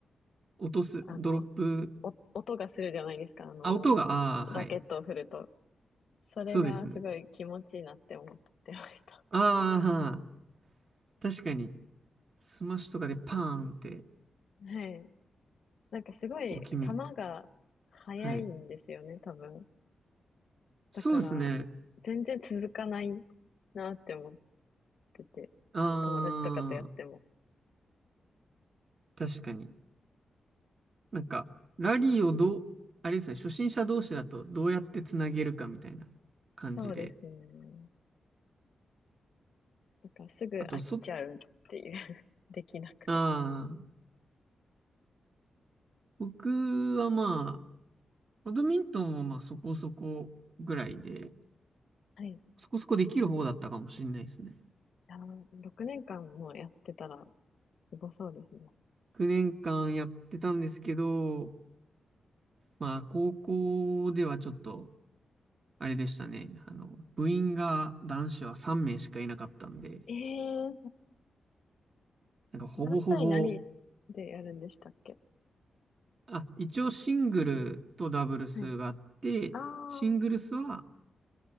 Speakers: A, on the right; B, on the left.
A: 落とす、
B: あの、
A: ドロップ。
B: お音がするじゃないですか。あの、
A: あ、音が、ああ、
B: ラケットを振ると。
A: はい。
B: それがすごい気持ちいいなって思ってました。
A: そうですね。ああ、確かに、スマッシュとかでパーンって
B: はい。なんかすごい球が速いんですよね、
A: こう決める。はい。
B: 多分。
A: そうですね。
B: だから、全然続かないなって思ってて、
A: あ
B: あの、友達とかとやっても。
A: あ、確かに。なんか、ラリーをどう、あれですね、初心者同士だとどうやってつなげるかみたいな感じで。
B: そうですね。なんかすぐ飽きちゃうっていう
A: あと、そ、
B: <laughs> できなくて。
A: ああ、僕はまあ、バドミントンもまあそこそこぐらいで、
B: はい。
A: そこそこできる方だったかもしれないですね。
B: あの、6年間もやってたら、すごそうですね。
A: 9年間やってたんですけど、まあ、高校ではちょっと、あれでしたね。あの、部員が男子は3名しかいなかったんで、
B: ええー
A: なんかほぼほぼ
B: 何対何でやるんでしたっけ
A: あ、一応シングルとダブルスがあって、
B: はい。ああ、
A: シングルスは
B: は